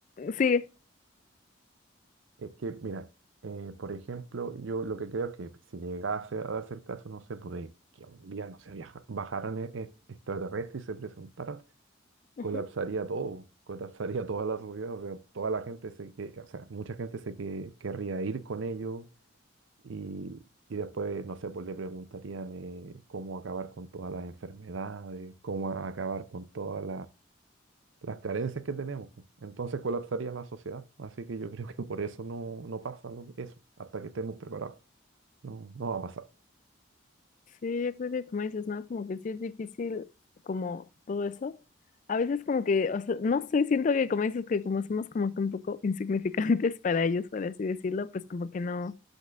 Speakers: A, on the left; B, on the right.
A: sí.
B: Es que, mira, eh, por ejemplo, yo lo que creo es que si llegase a darse el caso, no sé, pues de que un día, no sé, viaja- bajaran e- e- extraterrestres y se presentaran,
A: Ujú.
B: colapsaría todo, colapsaría <laughs> toda la sociedad, o sea, toda la gente se que, o sea, mucha gente se que, querría ir con ellos y, y después, no sé, pues le preguntarían eh, cómo acabar con todas las enfermedades, cómo acabar con todas las carencias que tenemos, pues. entonces colapsaría la sociedad. Así que yo <laughs> creo que por eso no, no pasa lo- eso, hasta que estemos preparados. No, no va a pasar.
A: Sí, yo creo que como dices, ¿no? Como que sí es difícil como todo eso. A veces como que, o sea, no sé, siento que como dices que como somos como que un poco insignificantes <laughs> para ellos, por así decirlo, pues como que no,